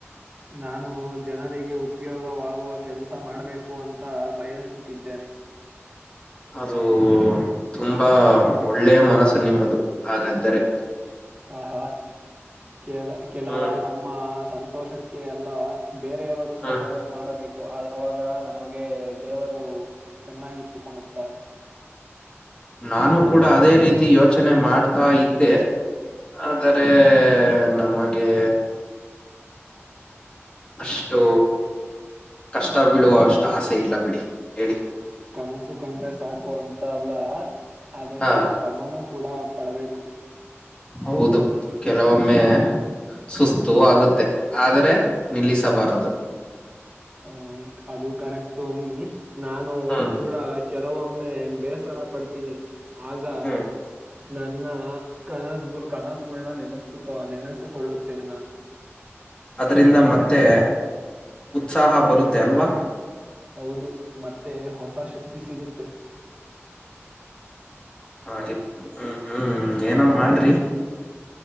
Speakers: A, on the right; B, on the left.
A: ನಾನು ಜನರಿಗೆ ಉಪಯೋಗವಾಗುವ ಕೆಲಸ ಮಾಡಬೇಕು ಅಂತ ಬಯಸುತ್ತಿದ್ದೇನೆ
B: ಅದು ತುಂಬಾ ಒಳ್ಳೆಯ ಮನಸ್ಸು ನಿಮ್ಮದು ಹಾಗಾದರೆ
A: ಹ ಹಾ ಕೆಲ ಕೆಲವ
B: ಹ್ಮ್
A: ನಮ್ಮ ಸಂತೋಷ ಕೆ ಎಲ್ಲ ಬೇರೆಯವರು
B: ಹ್ಮ್
A: ಸಹಾಯ ಮಾಡಬೇಕು ು ಅವಾಗ ನಮಗೆ ದೇವರು ಚೆನ್ನಾಗಿ ಇಟ್ಟುಕೊಂಡುತ್ತಾನೆ
B: ನಾನು ಕೂಡ ಅದೇ ರೀತಿ ಯೋಚನೆ ಮಾಡ್ತಾ ಇದ್ದೆ ಆದರೆ ನಮಗೆ ಅಷ್ಟು ಕಷ್ಟ ಬೀಳುವ ಅಷ್ಟು ಆಸೆ ಇಲ್ಲ ಬಿಡಿ ಹೇಳಿ
A: ಕನಸು ಕಂಡ್ರೆ ಸಾಕು ಅಂತ ಅಲ್ಲ ಅದಕ್ಕೆ
B: ಹಾ
A: ಶ್ರಮನೂ ಕೂಡ ಪಡಬೇಕು
B: ಹೌದು ಕೆಲವೊಮ್ಮೆ ಸುಸ್ತು ಆಗುತ್ತೆ ಆದರೆ ನಿಲ್ಲಿಸಬಾರದು
A: ಹ್ಮ ಅದು ಕರೆಕ್ಟ್ ಅನ್ನಿ ನಾನು
B: ಹ್ಮ್
A: ಕೂಡ ಕೆಲವೊಮ್ಮೆ ೆ ಬೇಸರ ಪಡ್ತೀನಿ ಆಗ
B: ಹ್ಮ್
A: ನನ್ನ ಕನಸು ಕನಸುಗಳನ್ನ ನೆನೆಸ್ ನೆನೆಸಕೊಳ್ಳುತ್ತೇನೆ ನಾನು
B: ಅದ್ರಿಂದ ಮತ್ತೆ ಉತ್ಸಾಹ ಬರುತ್ತೆ ಅಲ್ವಾ
A: ಹೌದು ಮತ್ತೆ ಹೊಸ ಶಕ್ತಿ ಸಿಗುತ್ತೆ
B: ಹಾಗೆ ಹ್ಮ್ ಹ್ಮ್ ಏನ ಮಾಡ್ರಿ